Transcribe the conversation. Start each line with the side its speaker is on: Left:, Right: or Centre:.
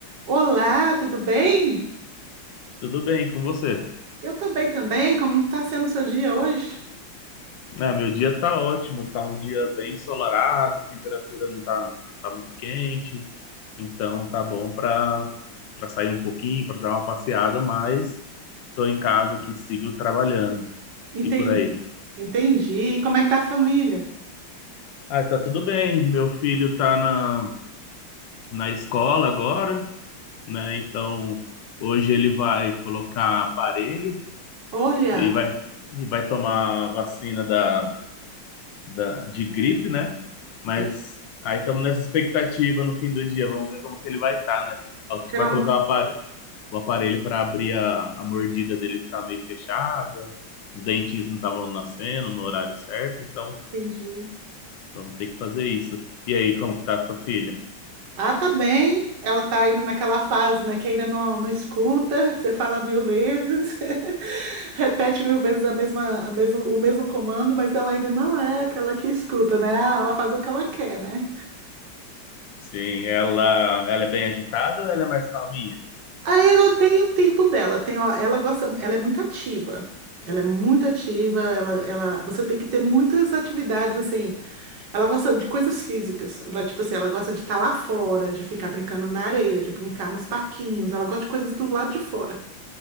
Right: Olá, tudo bem?
Left: Tudo bem com você?
Right: Eu tô bem também. Como tá sendo o seu dia hoje?
Left: Ah, meu dia tá ótimo, tá um dia bem ensolarado, a temperatura não tá, não tá muito quente, então tá bom para para sair um pouquinho, para dar uma passeada, mas tô em casa aqui, sigo trabalhando.
Right: Entendi,
Left: E por aí?
Right: entendi. E Como é que tá a família?
Left: Ah, tá tudo bem. Meu filho tá na, na escola agora, né? Então hoje ele vai colocar aparelho
Right: Olha,
Left: e vai, e vai tomar a vacina da da- de gripe, né? Mas
Right: entendi.
Left: aí estamos nessa expectativa no fim do dia. Vamos ver como que ele vai estar, né? Ó, Que
Right: Geralmente,
Left: vai colocar o aparelho, o aparelho para abrir a, a mordida dele que tá meio fechada. Os dentinhos não estavam nascendo no horário certo, então
Right: entendi.
Left: vamos ter que fazer isso. E aí, como que tá a sua filha?
Right: Ah, tá bem. Ela tá indo naquela fase, né, que ainda não, não escuta, <laughs> você fala mil vezes, <laughs> repete mil vezes a mesma, a mesmo, o mesmo comando, mas ela ainda não é aquela que escuta, né? Ah, Ela faz o que ela quer, né?
Left: Sim, ela, ela é bem agitada ou ela é mais calminha?
Right: Aí ela tem o tempo dela, tem, ó, ela gosta, ela é muito ativa. Ela é muito ativa, ela, ela, você tem que ter muitas atividades assim. Ela gosta de coisas físicas, ela, tipo assim, ela gosta de estar lá fora, de ficar brincando na areia, de brincar nos parquinhos, ela gosta de coisas do lado de fora.